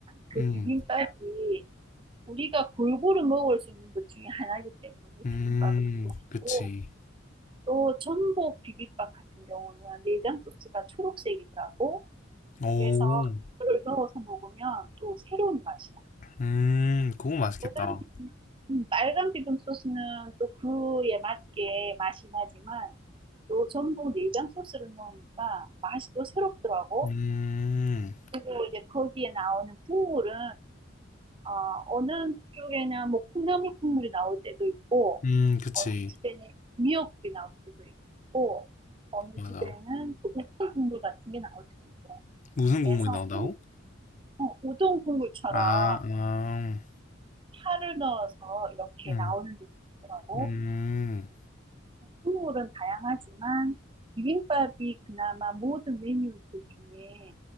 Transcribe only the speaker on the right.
그
비빔밥이 우리가 골고루 먹을 수 있는 것 중에 하나이기 때문에
비빔밥을 좋아하고,
또 전복 비빔밥 같은 경우는 내장 소스가 초록색이더라고.
그래서 그걸 넣어서 먹으면 또 새로운 맛이야.
빨간 비빔- 음, 빨간 비빔 소스는 또 그에 맞게 맛이 나지만 또 전복 내장 소스를 넣으니까 맛이 또 새롭더라고.
그리고 이제 거기에 나오는 국물은 어, 어느 쪽에는 뭐 콩나물 국물이 나올 때도 있고,
어느 집에는 미역국이 나올 때도 있고, 어느
집에는 그 우동 국물 같은 게 나올 때도 있더라고요.
그래서
국- 어, 우동 국물처럼
파를 넣어서 이렇게
나오는 데도 있더라고.
국물은 다양하지만 비빔밥이 그나마 모든 메뉴들 중에